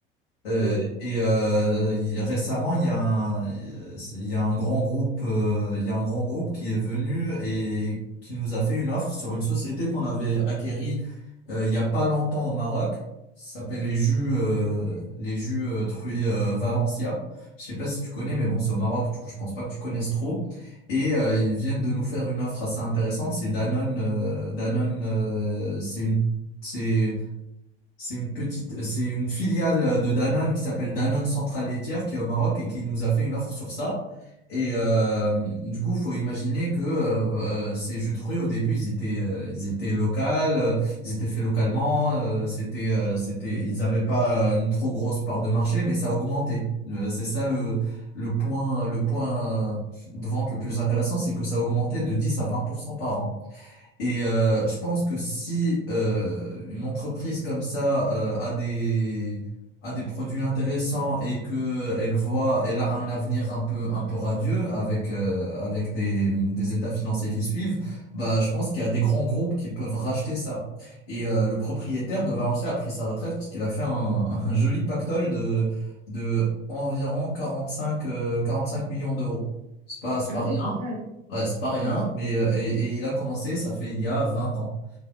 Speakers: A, on the left; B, on the right.
A: Euh,
B: Mm.
A: et euh, il- récemment, il y a un, il y a un grand groupe, euh, il y a un grand groupe qui est venu et qui nous a fait une offre sur une société qu'on avait acquérie euh, il y a pas longtemps au Maroc. Ça s'appelle les jus, euh, les jus euh, Truy euh, Valencia. Je sais pas si tu connais, mais bon, c'est au Maroc, du coup, je pense pas que tu connaisses trop. Et euh, ils
B: Mm.
A: viennent de nous faire une offre assez intéressante. C'est Danone, euh, Danone, euh, c'est une, c'est c'est une petite, c'est une filiale euh, de Danone qui s'appelle Danone Centrale Laitière qui est au Maroc et qui nous a fait une offre sur ça. Et euh, du coup, faut imaginer que euh, euh, ces jus de fruits au début, ils étaient, euh, ils étaient locaux, euh, ils étaient faits localement. euh, c'était, euh, c'était, ils n'avaient pas une trop grosse part de marché, mais ça a augmenté. Euh, c'est ça le le point, le point de vente le plus intéressant, c'est que ça a augmenté de 10 à 20% par an. Et euh, je pense que si euh, une entreprise comme ça euh, a des a des produits intéressants et que elle voit elle a un avenir un peu un peu radieux avec euh, avec des des états financiers qui suivent, bah je pense qu'il y a des grands groupes qui peuvent racheter ça. Et euh, le propriétaire de Valenciennes a pris sa retraite parce qu'il a fait un, un joli pactole de de environ 45 euh, 45 millions d'euros. C'est pas c'est
B: Ah
A: pas rien.
B: oui, pas mal.
A: Ouais, c'est pas rien,
B: Mm.
A: mais euh, et, et il a commencé, ça fait il y a 20 ans.